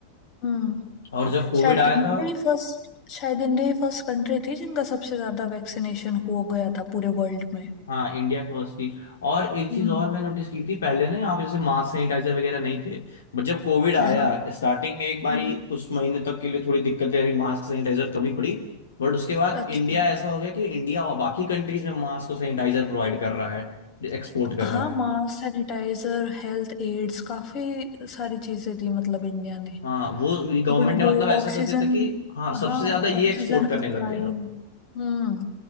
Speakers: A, on the left; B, on the left.
A: हम्म
B: और जब कोविड
A: शायद
B: आया
A: इंडिया
B: था
A: ही फर्स्ट शायद इंडिया ही फर्स्ट कंट्री थी जिनका सबसे ज्यादा वैक्सीनेशन हो गया था पूरे वर्ल्ड में
B: हाँ इंडिया फर्स्ट थी और एक
A: हम्म
B: चीज और मैं नोटिस की थी पहले ना यहाँ पे जैसे मास्क सैनिटाइजर वगैरह नहीं थे बट जब कोविड
A: हाँ
B: आया
A: हाँ
B: स्टार्टिंग में एक बारी
A: हम्म
B: कुछ महीने तक के लिए थोड़ी दिक्कतें रही मास्क सैनिटाइजर कमी पड़ी बट उसके बाद
A: अच्छा
B: इंडिया ऐसा हो गया कि इंडिया और बाकी कंट्रीज में मास्क और सैनिटाइजर प्रोवाइड कर रहा है एक्सपोर्ट कर
A: हाँ
B: रहा है
A: मास्क सैनिटाइजर हेल्थ एड्स काफी सारी चीजें दी मतलब इंडिया ने
B: हाँ वो गवर्नमेंट
A: इवन वो
B: ने मतलब ऐसा
A: ऑक्सीजन
B: कर दिया था कि हाँ सबसे
A: हाँ
B: ज्यादा ये
A: ऑक्सीजन
B: एक्सपोर्ट करने
A: सप्लाई
B: लग गए अब
A: हम्म